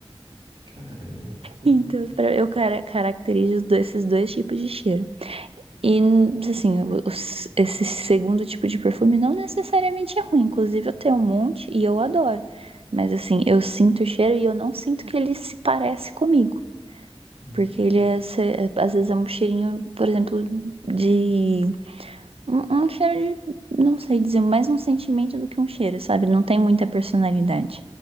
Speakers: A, on the right; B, on the right.
A: Caramba, tem.
B: Então, pra- eu cara- caracterizo os dois- esses dois tipos de cheiro. E, assim, o- os- esse segundo tipo de perfume não necessariamente é ruim. Inclusive, eu tenho um monte e eu adoro. Mas, assim, eu sinto o cheiro e eu não sinto que ele se parece comigo.
A: Hum,
B: Porque ele é, se- é, às vezes é um cheirinho, por exemplo, de Um, um cheiro de, não sei dizer, mais um sentimento do que um cheiro, sabe? Não tem muita personalidade.